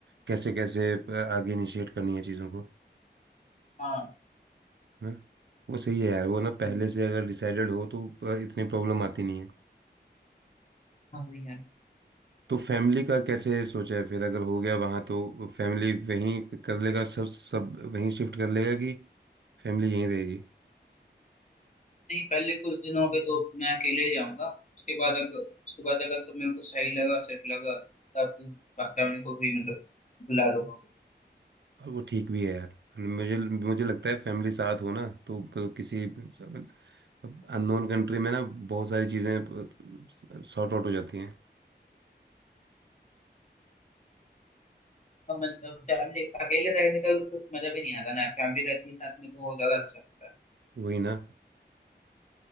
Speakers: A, on the right; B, on the left.
A: कैसे कैसे अ, आगे इनिशिएट करनी है चीज़ों को
B: हाँ
A: है ना वो सही है यार वो ना पहले
B: हम्म
A: से अगर डिसाइडेड हो तो अ, इतनी प्रॉब्लम आती नहीं है
B: हाँ भैया
A: तो फैमिली का कैसे सोचा है फिर अगर हो गया वहाँ तो फैमिली वहीं कर लेगा सब सब वहीं शिफ्ट कर लेगा कि फैमिली यहीं रहेगी
B: नहीं पहले कुछ दिनों पे तो मैं अकेले ही जाऊंगा उसके बाद अगर उसके बाद अगर सब मेरे को सही लगा सेट लगा तब फैमिली को भी मतलब बुला लूंगा
A: और वो ठीक भी है यार मुझे मुझे लगता है फैमिली साथ हो ना तो, तो किसी मतलब अननोन कंट्री में ना बहुत सारी चीज़ें सॉर्ट आउट हो जाती हैं
B: अब मतलब फैमिली अकेले रहने का भी कुछ मजा भी नहीं आता ना फैमिली रहती है साथ में तो वो ज्यादा अच्छा लगता है
A: वही ना